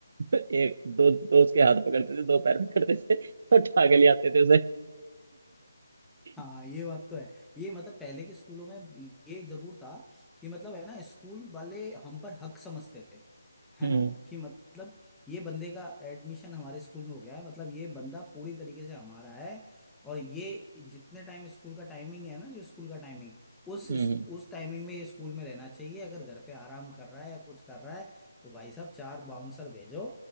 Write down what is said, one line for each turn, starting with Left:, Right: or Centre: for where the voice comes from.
Right: <laughs> एक दो दो उसके हाथ पकड़ते थे दो पैर पकड़ते थे <laughs> और उठा के ले आते थे उसे
Centre: हाँ
Right: <laughs>
Centre: ये बात तो है ये मतलब पहले के स्कूलों में भी ये जरूर था कि मतलब है ना स्कूल वाले हम पर हक समझते थे है
Right: हम्म
Centre: ना कि मतलब ये बंदे का एडमिशन हमारे स्कूल में हो गया है मतलब ये बंदा पूरी तरीके से हमारा है और ये जितने टाइम स्कूल का टाइमिंग है ना जो स्कूल का टाइमिंग उस
Right: हम्म
Centre: उस टाइमिंग में ये स्कूल में रहना चाहिए अगर घर पे आराम कर रहा है या कुछ कर रहा है तो भाई साहब चार बाउंसर भेजो